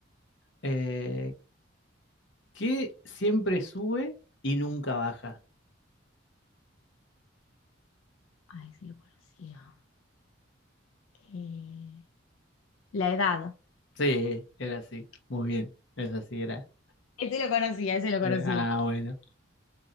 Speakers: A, on the left; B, on the left.
A: Eh, ¿qué siempre sube y nunca baja?
B: Ay, sí lo conocía. Eh, la edad.
A: Sí, era así. Muy bien. Eso sí era.
B: Ese lo conocía, ese lo
A: Eh,
B: conocía.
A: ah, bueno.